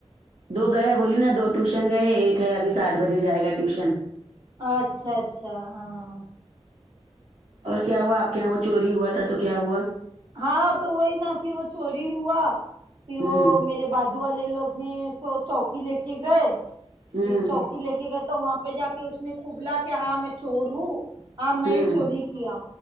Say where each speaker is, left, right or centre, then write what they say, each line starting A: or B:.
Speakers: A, on the right; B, on the right.
A: دو گئے بولی نا دو ٹیوشن گئے ایک ہے ابھی سات بجے جائے گا ٹیوشن
B: اچھا اچھا ہاں
A: اور کیا ہوا آپ کے یہاں وہ چوری ہوا تھا تو کیا ہوا
B: ہاں تو وہی نا پھر وہ چوری ہوا پھر
A: ہوں
B: وہ میرے بعد والے لوگ نے اس کو چوکی لے کے گئے
A: ہوں
B: چوکی لے کے گیے تو وہاں پہ جا کے اس نے کوبلا کہ ہاں میں چور ہوں ہاں میں
A: ہوں
B: ہی چوری کیا